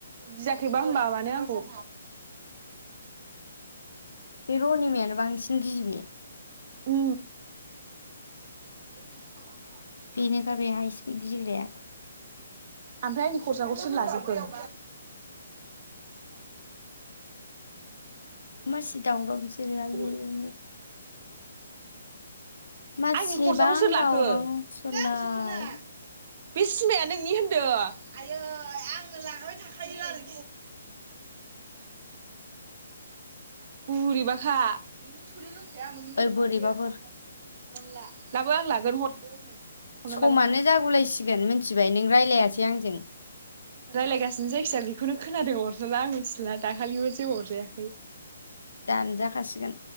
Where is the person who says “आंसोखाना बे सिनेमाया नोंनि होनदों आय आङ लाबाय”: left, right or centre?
Right